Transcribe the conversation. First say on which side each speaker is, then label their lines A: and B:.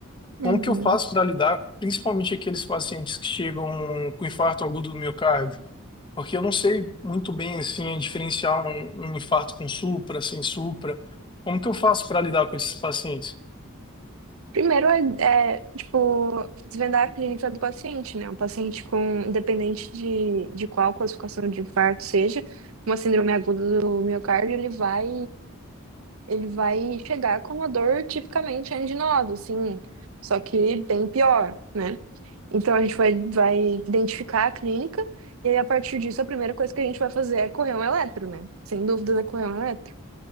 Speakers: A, on the right; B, on the left.
A: Uhum.
B: Como que eu faço para lidar, principalmente aqueles pacientes que chegam com infarto agudo do miocárdio? Porque eu não sei muito bem assim diferenciar um, um infarto com supra, sem supra. Como que eu faço para lidar com esses pacientes?
A: Primeiro é, é, tipo, desvendar a clínica do paciente, né? Um paciente com, independente de, de qual classificação de infarto seja, uma síndrome aguda do miocárdio, ele vai ele vai chegar com uma dor tipicamente anginosa, assim, só que bem pior, né? Então a gente vai, vai identificar a clínica e aí a partir disso a primeira coisa que a gente vai fazer é correr um eletro, né? Sem dúvidas é correr um eletro.